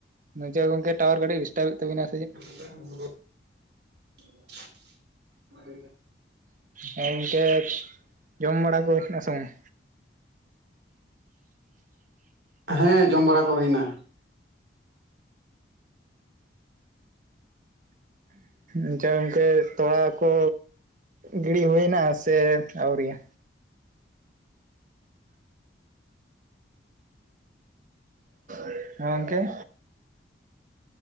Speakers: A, on the right; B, on the right.
A: ᱵᱟᱝᱪᱚ ᱜᱚᱝᱠᱮ ᱴᱟᱣᱟᱨ ᱠᱟ. ᱴᱤᱡ ᱰᱤᱥᱴᱟᱵᱮᱛ ᱛᱟᱵᱤᱱᱟ ᱥᱮᱪᱮᱫ
B: <inaudible>
A: ᱦᱮᱸ ᱤᱱᱠᱟᱹ ᱡᱚᱢ ᱵᱟᱲᱟ ᱠᱚ ᱦᱳᱭᱱᱟ ᱥᱮ ᱵᱟᱝ?
B: ᱦᱮᱸ ᱡᱚᱢ ᱵᱟᱲᱟ ᱠᱚ ᱦᱩᱭ ᱮᱱᱟ᱾
A: ᱟᱪᱪᱷᱟ ᱜᱚᱝᱠᱮ ᱛᱚᱲᱟ ᱠᱚ ᱜᱤᱰᱤ ᱦᱩᱭᱱᱟ ᱥᱮ ᱟᱹᱣᱨᱤ ᱭᱟ? ᱦᱮ ᱜᱚᱝᱠᱮ